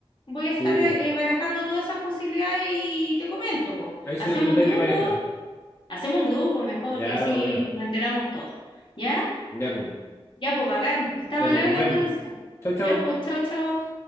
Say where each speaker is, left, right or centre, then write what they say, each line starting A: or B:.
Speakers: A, on the left; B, on the left.
A: voy a
B: Sí,
A: estar
B: pues.
A: eh, barajando todas esas posibilidades y te comento, pues.
B: Ahí se
A: Hacemos
B: lo comenté
A: un grupo,
B: a mi pareja.
A: hacemos un grupo mejor
B: Ya,
A: y así
B: bueno.
A: nos enteramos todos, ¿ya?
B: Ya, pues.
A: Ya, pues bacán, está
B: Ya,
A: mal
B: pues,
A: habla
B: nos vemos.
A: entonces.
B: Chao, chao.
A: Ya, pues chao, chao.